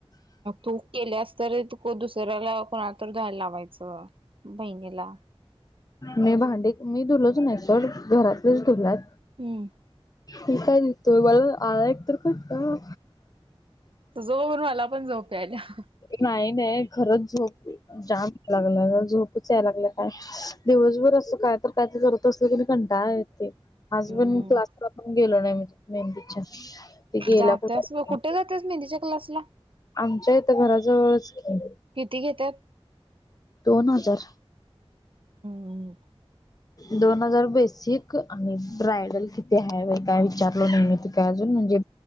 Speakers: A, on the right; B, on the left.
A: तू केलेस तर त दुसऱ्याला कोणा तर जायला लावायचं बहिणीला
B: मी भांडी मी धुलच नाही सर घरातलेच धुलात
A: हम्म
B: मी काय भितोय. मला आला एक तर खटका
A: तुझ बघून मला पण झोप येत आहे.
B: नाही नाही खरच झोप आली. जाम या लाग झोपच यायला लागलं ग काय दिवसभर असं काय तर काय तर करत असत की, डाळ येते आज
A: हम्म
B: पण क्लास ला पण गेलो नाही मेहंदीच्या.. ते गेल्या
A: जातीस
B: कुठं
A: कुठे जातीस मेंहदीच्या क्लासला?
B: आमच्या इथ घराजवळच की,
A: किती घेत्यात?
B: दोन हजार.
A: हं
B: दोन हजार बेसिक आणि ब्रायडल किती आहेत? ते काय विचारले नाही नेहमीच काय. म्हणजे...